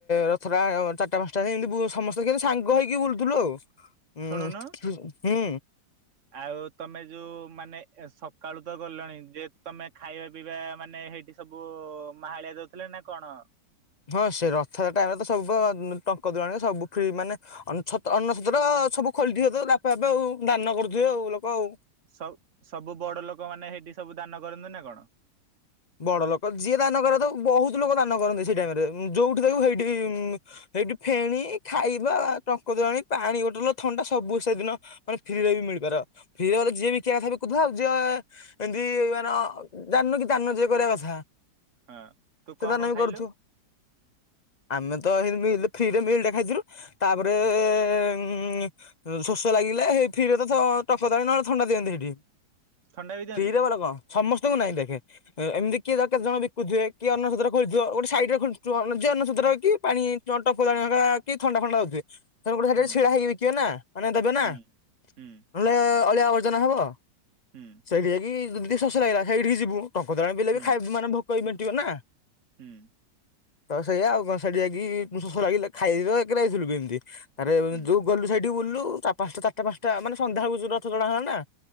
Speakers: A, on the left; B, on the right.
A: ରଥଟା ଚାରିଟା ପାଞ୍ଚଟା ଯ ଏମିତି ସମସ୍ତେ କେମତି ସାଙ୍ଗ ହେଇକି ବୁଲୁଥିଲୁ ଆଉ। ହୁଁ
B: ଶୁଣୁନୁ
A: ହୁଁ।
B: ଆଉ ତମେ ଯୋଉ ମାନେ ସକାଳୁ ତ ଗଲଣି ଯେହେତୁ ତମେ ଖାଇବା ପିଇବା ମାନେ ହେଇଠି ସବୁ ମାହାଳିଆ ଦଉଥିଲେ ନା କଣ?
A: ହଁ ସେ ରଥଯାତ୍ରା ଟାଇମରେ ତ ସବୁ ଟଙ୍କ ତୁରାଣୀ ସବୁ ଫ୍ରି ମାନେ ଅର୍ଣ୍ଣ ଛତ୍ର ତ ସବୁ ଖୋଲିଥିବ ତ ବାପେ ବାପେ ଆଉ ଦାନ କରୁଥିବେ ଆଉ ଲୋକ ଆଉ
B: ସ ସବୁ ବଡ ଲୋକ ମାନେ ସହେଇଠି ସବୁ ଦାନ କରନ୍ତି ନା କଣ?
A: ବଡ ଲୋକ ଯିଏ ଦାନ କଥାଉ ବହୁତ ଲୋକ ଦାନ କରନ୍ତି ସେଇ ଟାଇମରେ ଯୋଉଠି ଦେଖ ହେଇଠି ହେଇଠି ଫେଣି ଖାଇବା ଟଙ୍କ ତୋରାଣି ପାଣି ବୋଟଲ ଥଣ୍ଡା ସବୁ ସେଦିନ ମାନେ ଫ୍ରିରେ ବି ମିଳେ ପିବାର ଫ୍ରିରେ ଯିଏ ବିକିବା କଥା ବିକୁ ଥାଉ ଆଉ ଯିଏ ଏମତି ମାନ ଜାଣିନୁ କି ଦାନ ଯିଏ କରିବା କଥା
B: ହଁ ତୁ କଣ
A: ସେ ଦାନ
B: କଣ
A: ବି
B: ଖାଇଲୁ
A: କରୁଥିବ ଆମେ ତ ହିନ୍ତି ମିଲ ଫ୍ରିରେ ମିଲ ଟେ ଖାଇଥିଲୁ ତାପରେ ଏ ଏ ଇଁ ଶୋଷ ଲାଗିଲା ଫ୍ରିରେ ତ ଟଙ୍କ ତୋରାଣି ନହେଲେ ଥଣ୍ଡା ଦିଅନ୍ତି ହେଠି।
B: ଥଣ୍ଡା ବି ଦିଅନ୍ତି?
A: ଫ୍ରିରେ ବାଲା କଣ ସମସ୍ତଙ୍କୁ ନାଇଁ ଦେଖେ ଏମିତି କିଏ କେତେ ଜଣ ବିକୁଥିବ କିଏ ଅନ୍ନଛତ୍ର ଖୋଲିଥିବ ଗୋଟେ ସାଇଡରେ ଖୋଲିଥିବ ଅନ୍ନଛତ୍ର କି ପାଣି ଜଣ୍ଟ ଫୋଲାଣି କି ଥଣ୍ଡା ଫଣ୍ଡା ହଉଥିବେ ସେ ଗୋଟେ ସେରେ
B: ହୁଁ
A: ଛିଡା ହେଇକିିବେ ନା ମାନେ ଦେବେ ନା
B: ହୁଁ ହୁଁ
A: ନହେଲେ ଅଳିଆ ଆବର୍ଜନ ହବ
B: ହୁଁ
A: ସେଇଠି ଯାଇକି ଯଦି ଟିକେ ଶୋଷ ଲାଗିଲା ସେଇଠିକି ଯିବୁ ଟଙ୍କତୋରାଣି ପିଇଲେବି
B: ହୁଁ
A: ଖାଇ ମାନେ ଭୋକ ବି ମେଣ୍ଟିବ ନା।
B: ହୁଁ।
A: ତ ସେଇୟା ଆଉ କଣ ସେଠି ଯାଇକି ଶୋଷ ଲାଗିଲେ ଖାଇବାକୁ ଯାଇଥିଲୁ କେମିତି। ଆରେ
B: ହୁଁ
A: ଯଉ ଗଲୁ ସେଇଠି ବୁଲିଲୁ ପାଞ୍ଚଟା ଚାରଟା ପାଞ୍ଚଟା ମେ ସନ୍ଧ୍ୟା ହକୁ ଯ ରଥ ଟଣା ହେଲା ନା